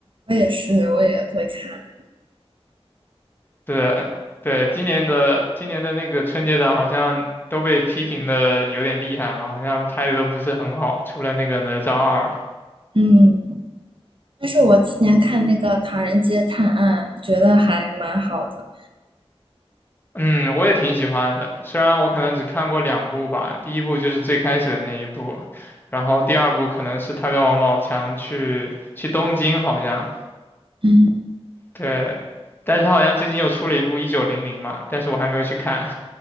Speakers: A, on the right; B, on the left.
A: 我也是，我也会看。
B: 对对，今年的今年的那个春节档好像都被批评的有点厉害嘛，好像拍的都不是很好，除了那个哪吒二，
A: 嗯，但是我今年看那个《唐人街探案》，觉得还蛮好的。
B: 嗯，我也挺喜欢的，虽然我可能只看过两部吧，第一部就是最开始的那一部，然后第二部可能是他跟王宝强去去东京好像，
A: 嗯。
B: 对，但是他好像最近又出了一部一九零零嘛，但是我还没有去看